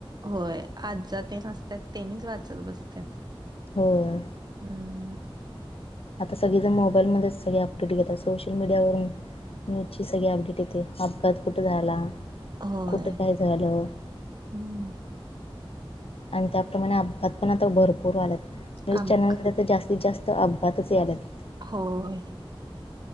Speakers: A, on the right; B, on the left.
A: होय, आज्जा तेन असतात, तेनीच वाचत बसतात.
B: होय.
A: हम्.
B: आता सगळीजण मोबाईलमध्येच सगळे अपडेट घेतात, सोशल मीडियावरून न्यूजची सगळी अपडेट येते, अपघात कुठं झाला?
A: होय
B: कुठं काय झालं.
A: हम्म.
B: आणि त्याप्रमाणे अपघात पण आता भरपूर व्हायल्यात, न्यूज
A: अपघात
B: चॅनलमध्ये तर जास्त जास्त अपघातच याल्यात.
A: होय.